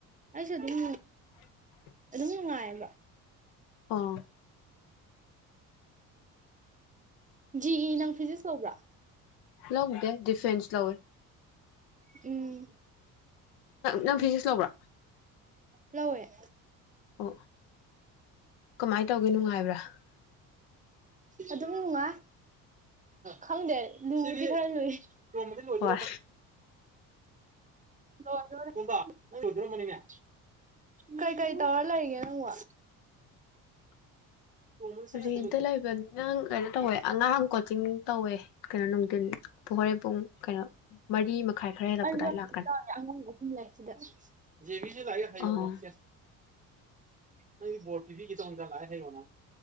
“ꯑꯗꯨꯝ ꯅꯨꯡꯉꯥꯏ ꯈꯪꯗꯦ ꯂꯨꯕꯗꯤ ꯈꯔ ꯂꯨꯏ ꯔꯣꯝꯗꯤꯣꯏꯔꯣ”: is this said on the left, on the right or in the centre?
Right